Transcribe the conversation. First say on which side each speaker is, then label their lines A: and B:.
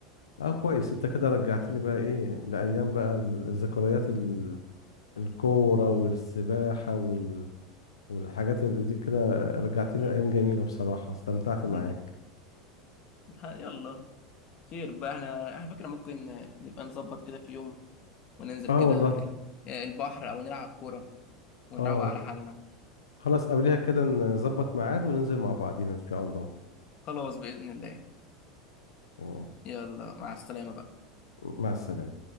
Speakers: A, on the left; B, on the left.
A: اه كويس انت كده رجعتني
B: مم.
A: بقى ايه لايام بقى ال- الذكريات ال- الكوره والسباحه وال... والحاجات اللي دي كده رجعتني
B: مم.
A: لايام
B: <laughs>
A: جميله بصراحه استمتعت
B: مم.
A: معاك
B: ها- يلا خير بقى احنا احنا فكرة ممكن نبقى نظبط كده في يوم وننزل
A: اه
B: كده
A: والله انت-
B: ال- آه، البحر او نلعب كورة ونروق
A: اه
B: على حالنا
A: خلاص قبلها كده نظبط ميعاد وننزل مع بعضينا ان شاء الله
B: خلاص بإذن الله
A: تمام
B: يلا مع السلامة بقى
A: مع السلامه